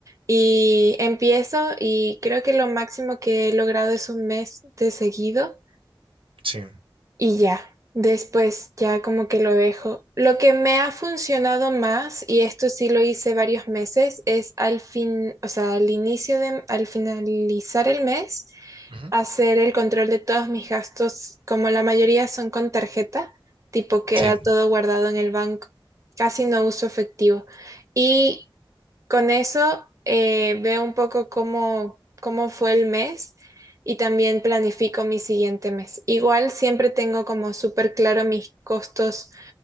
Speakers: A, on the right (about 35°); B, on the right (about 80°).
A: y empiezo y creo que lo máximo que he logrado es un mes de seguido.
B: Sí,
A: y ya. Después ya como que lo dejo. Lo que me ha funcionado más, y esto sí lo hice varios meses, es al fin, o sea, al inicio de, al finalizar el mes,
B: Ujú.
A: hacer el control de todos mis gastos, como la mayoría son con tarjeta, tipo queda
B: sí,
A: todo guardado en el banco. Casi no uso efectivo. Y con eso eh, veo un poco cómo, cómo fue el mes y también planifico mi siguiente mes. Igual siempre tengo como súper claro mis costos